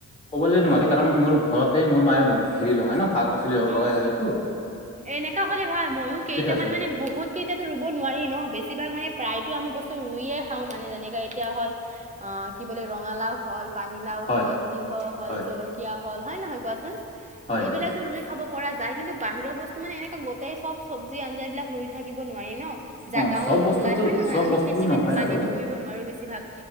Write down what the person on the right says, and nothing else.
অঁ
এনেকা হ'লে ভাল। ময়ো কেইটামান
মানে বহুত কেইটাতো ৰুব নোৱাৰি ন, বেছিভাগ মানে প্ৰায়তো আমি বস্তু ৰুইয়ে খাওঁ মানে যেনেকাে এতিয়া হ'ল অ, কি বোলে ৰঙালাও হ'ল। পানীলাও
হ'ল, তিয়ঁহ হ'ল,
জলকীয়া হ'ল হয় নহয় কোৱাচোন?
এইবিলাকতো
ৰুই খাব পৰা যায়। কিন্তু বাহিৰৰ বস্তু মানে এনেকোৱা গোটেই চব্জি-আঞ্জ বিলাক ৰুই থাকি থাকিব নোৱাৰি ন, জাগাও
নোকোলাই
হয় নে নহয়?
আমি
খেতি-বাতিতো
কৰিব নোৱাৰো বেছিভাগ।